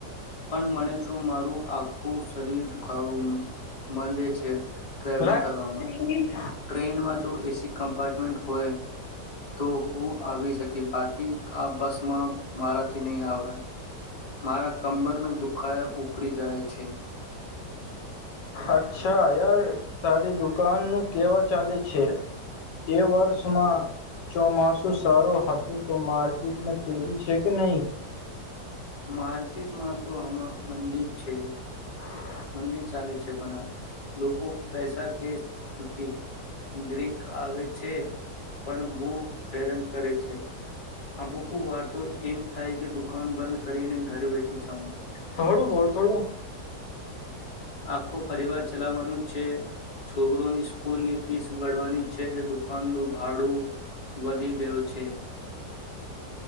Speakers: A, on the left (about 25°); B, on the left (about 80°).
A: પણ મણે તો મારું આખું શરીર દુખાવો માંદે છે ટ્રાવેલિંગ
B: રાત્રિ
A: કરવામાં
B: ની
A: ટ્રેનમાં જો એસી કમ્પાર્ટમેન્ટ હોય તો હું આવી શકિ કે બાકી આ બસમાં મારાથી નહી આવાએ મારા કમર નું દુખ ખાય ઉપડી જાય છે
B: અચ્છા યાર તારી દુ દુકાન નું કેવા ચાલે છે એ વર્ષમાં ચોમાસુ સારું હતું તો માર્કેટમાં તેજી છે કે નહીં
A: માર્કેટમાં તો હમા મંદી જ છે
B: હા <unintelligible> <unintelligible>
A: મંદિ ચાલે છે બના લોકો પેસા કે નથી ગ્રીક આવે છે પણ બુ હેરન કરે છે અમુક વારતો એમ થાય કે દુકાન બંધ કરીને ઘરે બેઠી જાઉ
B: થોળુ બોલ થોડુ
A: આખુ પરિવાર ચલાવવાનું છે છોકરોની સ્કૂલની ફીસ ભરવાની છે દુકાનનું ભાડું વધી ગયો છે.